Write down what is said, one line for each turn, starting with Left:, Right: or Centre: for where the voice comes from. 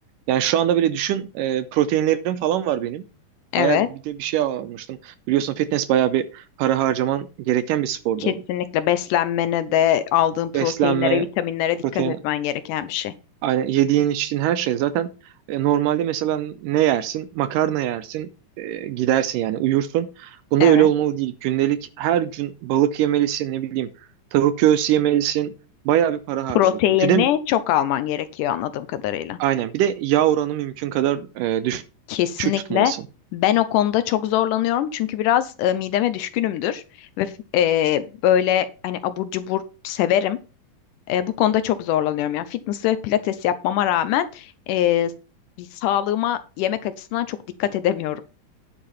Right: Yani şu anda bile düşün e, proteinlerim falan var benim.
Left: Evet,
Right: Bayağı bir, bir de bir şey almıştım. Biliyorsun fitness bayağı bir para harcaman gereken bir spor
Left: kesinlikle
Right: dalı.
Left: beslenmene de aldığın proteinlere,
Right: Beslenme,
Left: vitaminlere dikkat
Right: protein
Left: etmen gereken bir şey.
Right: Aynen yediğin içtiğin her şey zaten e, normalde mesela ne yersin? Makarna yersin, e, gidersin yani uyursun. Bunda
Left: Evet.
Right: öyle olmalı değil. Gündelik her gün balık yemelisin, ne bileyim tavuk göğsü yemelisin. Bayağı bir para harcıyordum.
Left: proteini
Right: Güne
Left: çok alman gerekiyor anladığım kadarıyla.
Right: aynen bir de yağ oranı mümkün kadar e, düş-
Left: Kesinlikle.
Right: düşük tutmalısın.
Left: Ben o konuda çok zorlanıyorum çünkü biraz e, mideme düşkünümdür ve f- e, böyle hani abur cubur severim. E, bu konuda çok zorlanıyorum. Yani fitness ve pilates yapmama rağmen e, bir sağlığıma yemek açısından çok dikkat edemiyorum.